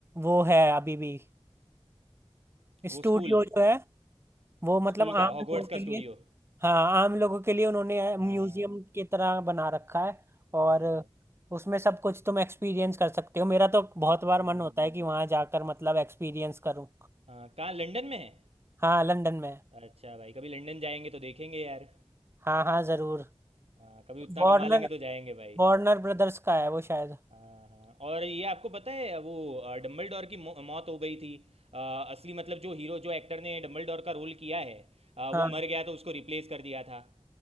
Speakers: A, on the right; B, on the right.
A: वो है अभी भी
B: वो
A: स्टूडियो
B: स्कूल
A: जो है वो मतलब
B: स्कूल
A: आम
B: का हॉगवर्ट्स
A: लोगों
B: का
A: के
B: स्टूडियो
A: लिए हाँ आम लोगों के लिए उन्होंने
B: हाँ
A: म्यूजियम की तरह बना रखा है
B: अच्छा
A: और उसमें सब कुछ तुम एक्सपीरियंस कर सकते हो मेरा तो बहुत बार
B: हम्म
A: मन होता है कि वहां जाकर मतलब एक्सपीरियंस करूँ
B: हाँ कहाँ लंदन में है
A: हाँ लंदन में
B: अच्छा भाई कभी लंदन जाएंगे तो देखेंगे यार
A: हाँ हाँ जरूर
B: हाँ कभी उतना
A: वार्नर
B: कमा लेंगे तो जाएंगे भाई
A: वार्नर ब्रदर्स का है वो शायद
B: हाँ हाँ और ये आपको पता है वो डम्बलडोर की मौ, मौत हो गई थी अ, असली मतलब जो हीरो जो एक्टर ने डम्बलडोर का रोल किया है अ,
A: हाँ
B: वो मर गया तो उसको रिप्लेस कर दिया था